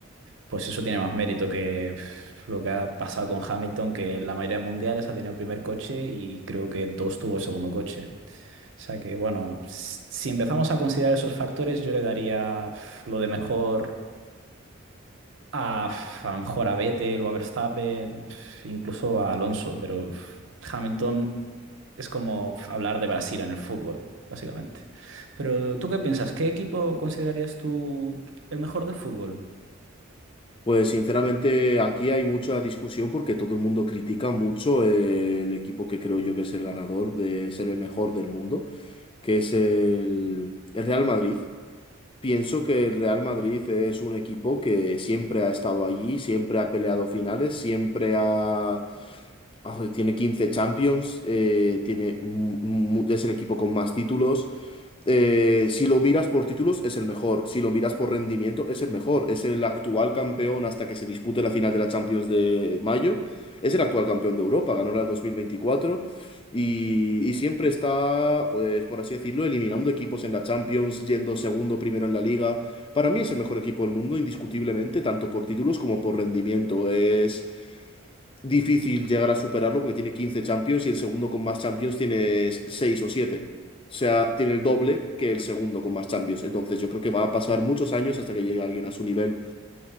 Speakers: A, on the right; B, on the left.
A: Pues eso tiene más mérito que pf, lo que ha pasado con Hamilton, que en la mayoría de mundiales ha tenido el primer coche y creo que dos tuvo el segundo coche. O sea que, bueno, s- si empezamos a considerar esos factores, yo le daría pf, lo de mejor a, pf, a lo mejor a Vettel o a Verstappen, pf, incluso a Alonso, pero pf, Hamilton es como pf, hablar de Brasil en el fútbol, básicamente. Pero ¿tú qué piensas? ¿Qué equipo considerarías tú el mejor del fútbol?
B: Pues sinceramente aquí hay mucha discusión porque todo el mundo critica mucho eh, el equipo que creo yo que es el ganador de ser el mejor del mundo, que es el, el Real Madrid. Pienso que el Real Madrid es un equipo que siempre ha estado allí, siempre ha peleado finales, siempre ha Ah, Tiene quince Champions, eh, tiene, mu- mu- es el equipo con más títulos. Eh, si lo miras por títulos, es el mejor. Si lo miras por rendimiento, es el mejor. Es el actual campeón hasta que se dispute la final de la Champions de mayo. Es el actual campeón de Europa, ganó la 2024 y, y siempre está, pues por así decirlo, eliminando equipos en la Champions, yendo segundo, primero en la Liga. Para mí es el mejor equipo del mundo, indiscutiblemente, tanto por títulos como por rendimiento. Es difícil llegar a superarlo porque tiene quince Champions y el segundo con más Champions tiene 6 o siete O sea, tiene el doble que el segundo con más Champions. Entonces yo creo que va a pasar muchos años hasta que llegue alguien a su nivel.